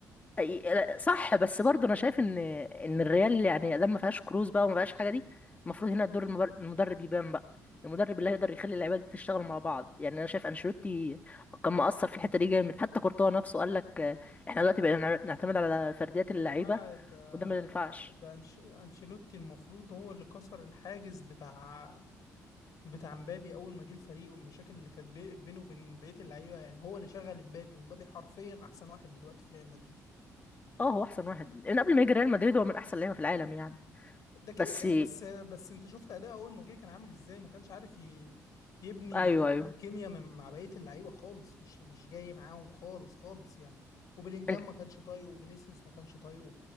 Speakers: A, on the left; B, on the left.
A: أي- صح بس برضه انا شايف ان ان الريال يعني ادام ما فيهاش كروز بقى وما فيهاش حاجه دي المفروض هنا دور المبر- المدرب يبان بقى المدرب اللي هيقدر يخلي اللعيبه دي تشتغل مع بعض يعني انا شايف انشيلوتي كان مقصر في الحته دي جامد حتى كورتوا نفسه قال لك آه، احنا دلوقتي بقينا نع- نعتمد على فرديات اللعيبه
B: يا جماعة ده
A: وده ما ينفعش
B: ده أنش... أنشيلوتي المفروض هو اللي كسر الحاجز بتاع بتاع مبابي أول ما جه الفريق والمشاكل اللي كانت بي- بينه وبين بقية اللعيبة يعني هو اللي شغل مبابي ومبابي حرفيا أحسن واحد دلوقتي في ريال مدريد
A: اه هو احسن واحد من قبل ما يجي ريال مدريد هو من احسن لعيبه في العالم يعني
B: ده كده
A: بس
B: كده بس بس انت شفت اداء اول ما جه كان عامل ازاي ما كانش عارف ي... يبني
A: ايوه ايوه
B: كيمياء من مع بقيه اللعيبه خالص مش مش جاي معاهم خالص خالص يعني وبيلينجهام
A: أنت-
B: ما كانش طايقه وفينيسيوس ما كانش طايقه